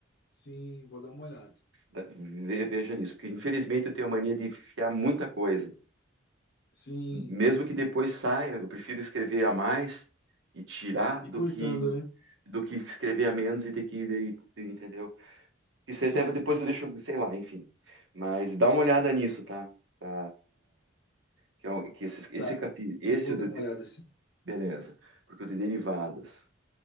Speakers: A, on the left (about 60°); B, on the right (about 85°).
A: Sim, vou dar uma olhada.
B: Ve- Veja nisso, porque infelizmente eu tenho a mania de enfiar muita coisa.
A: Sim,
B: Mesmo que depois saia, eu prefiro escrever a mais e tirar
A: e
B: do
A: cortando,
B: que
A: né?
B: do que escrever a menos e ter que, daí- entendeu? Isso
A: Sim,
B: aí até depois eu deixo, sei lá, enfim. Mas dá uma olhada nisso, tá? Tá? que é um- que esse, esse
A: tá.
B: capi, esse
A: Eu vou
B: do,
A: dar uma
B: de-
A: olhada assim.
B: beleza, porque o de derivadas.